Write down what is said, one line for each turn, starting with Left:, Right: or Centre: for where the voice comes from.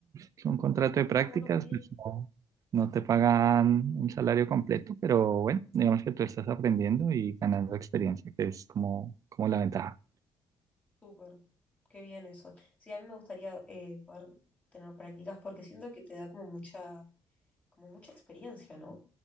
Right: Es un contrato de prácticas,
Left: Ah, bueno, qué bien,
Right: pues no, no te pagan un salario completo, pero bueno, digamos que tú estás aprendiendo y ganando experiencia, que es como, como la ventaja.
Left: súper. Qué bien eso. Sí, a mí me gustaría eh, poder tener prácticas porque siento que te da como mucha, como mucha experiencia, ¿no?